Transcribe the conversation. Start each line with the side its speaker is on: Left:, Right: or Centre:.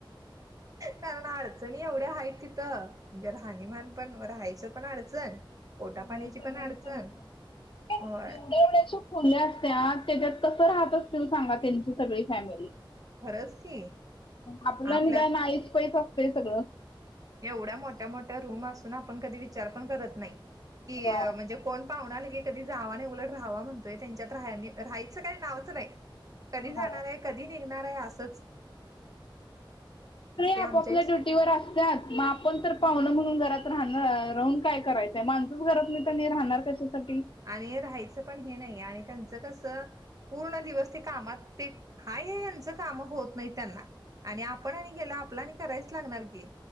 Right: कारण अडचणी एवढ्या आहेत तिथं म्हणजे राहणीमान पण राहायचं पण अडचण पोटा पाण्याची
Left: बर सगळं
Right: पण अडचण
Left: चालेल मला
Right: होय
Left: एवढ्या एवढ्या खुल्या असत्या त्याच्यात कसं राहत असतील सांगा त्यांची सगळी फॅमिली?
Right: खरंच की
Left: आपलं
Right: आपल्यात
Left: निदानानईच पैस असतंय सगळं
Right: एवढ्या मोठ्या मोठ्या रूम असून आपण कधी विचार पण करत नाही की
Left: होय
Right: म्हणजे कोण पाहु आली की कधी जावा नाही उलट राहावा म्हणतोय त्यांच्यात राहयनी राहायचं काही नावचं नाही कधी जाणार
Left: होय
Right: आहे कधी निघणार आहे असंच ते
Left: अे आपापल्या
Right: आमच्या इथ
Left: ड्युटी वर असत मग आपण तर पाहण म्हणून घरात राहणार राहून काय करायचंय माणस घरात नाही तर राहणार कशासाठी
Right: आणि राहायचं पण हे नाही आणि त्यांचं कसं पूर्ण दिवस ते कामात ते हाय यांचं काम होत नाही त्यांना आणि आपण आणि गेला आपला आणि करायच लागणार की